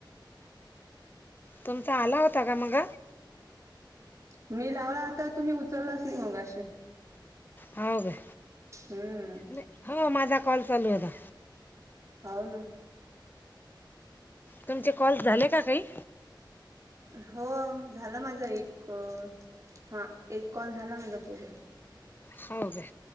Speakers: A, on the left; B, on the right.
A: तुमचा आला होता का मग?
B: मी लावला होता तुम्ही उचललाच नाही मघाशी.
A: हो का?
B: हम्म.
A: नाही हो माझा कॉल चालू होता.
B: हो ना.
A: तुमचे कॉल झाले का काही?
B: हो झालं माझा एक- हा एक कॉल झाला माझा पूर्ण.
A: हो ग.